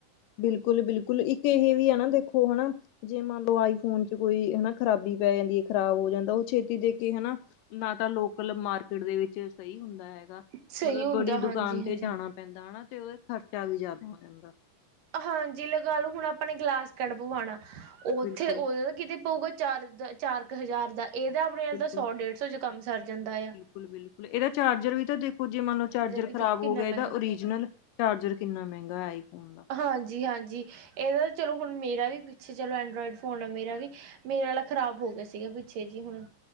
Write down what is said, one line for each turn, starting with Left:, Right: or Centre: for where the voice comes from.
Left: ਬਿਲਕੁਲ-ਬਿਲਕੁਲ ਇੱਕ ਇਹੇ ਵੀ ਆ ਨਾ ਦੇਖੋ ਹਨਾ ਜੇ ਮੰਨ ਲਓ ਆਈ ਫੋਨ ਚ ਕੋਈ ਹਨਾ ਖਰਾਬੀ ਪੈ ਜਾਂਦੀ ਹੈ ਖ਼ਰਾਬ ਹੋ ਜਾਂਦਾ ਉਹ ਛੇਤੀ ਦੇ ਕੇ ਹਨਾ ਨਾ ਤਾਂ ਲੋਕਲ ਮਾਰਕੀਟ ਦੇ ਵਿੱਚ ਸਹੀ ਹੁੰਦਾ ਹੈਗਾ,
Right: ਸਹੀ
Left: ਮਤਲਬ
Right: ਹੁੰਦਾ
Left: ਬੜੀ
Right: ਹਾਂਜੀ
Left: ਦੁਕਾਨ ਤੇ
Right: ਹਾਂਜੀ
Left: ਜਾਣਾ ਪੈਂਦਾ ਹਨਾ ਤੇ ਉਹਦਾ ਖਰਚਾ ਵੀ ਜ਼ਿਆਦਾ ਹੋ ਜਾਂਦਾ।
Right: ਹਾਂਜੀ ਲਗਾ ਲੋ ਹੁਣ ਆਪਾਂ ਨੇ ਗਲਾਸ ਕਾਰਡ ਪਵਾਣਾ ਉੱਥੇ
Left: ਬਿਲਕੁਲ।
Right: ਉਹਦੇ ਕਿਤੇ ਪਊਗਾ ਚਾਰ ਦਾ ਚਾਰ ਕੁ ਹਜ਼ਾਰ ਦਾ ਇਹਦਾ ਆਪਣੇ ਨਾਲ
Left: ਬਿਲਕੁਲ,
Right: ਤਾਂ ਸੌ ਡੇਢ ਸੌ ਚ ਕੰਮ ਸਰ ਜਾਂਦਾ ਆ।
Left: ਬਿਲਕੁਲ-ਬਿਲਕੁਲ ਇਹਦਾ ਚਾਰਜਰ ਵੀ ਤਾਂ ਦੇਖੋ ਜੇ ਮੰਨ ਲੋ ਚਾਰਜਰ
Right: ਵੀ
Left: ਖਰਾਬ
Right: ਦੇਖੋ ਕਿੰਨਾ
Left: ਹੋ ਗਿਆ
Right: ਮਹਿੰਗਾ
Left: ਇਹਦਾ ਓਰੀਜਨਲ ਚਾਰਜਰ ਕਿੰਨਾ ਮਹਿੰਗਾ ਹੈ ਆਈ ਫੋਨ ਦਾ।
Right: ਹਾਂਜੀ-ਹਾਂਜੀ, ਇਹਦਾ ਚਲੋ ਹੁਣ ਮੇਰਾ ਵੀ ਪਿੱਛੇ ਚਲੋ ਐਂਡਰੋਇਡ ਫੋਨ ਆ ਮੇਰਾ ਵੀ। ਮੇਰੇ ਆਲਾ ਖ਼ਰਾਬ ਹੋ ਗਿਆ। ਸੀਗਾ ਪਿੱਛੇ ਜੀ ਹੁਣ।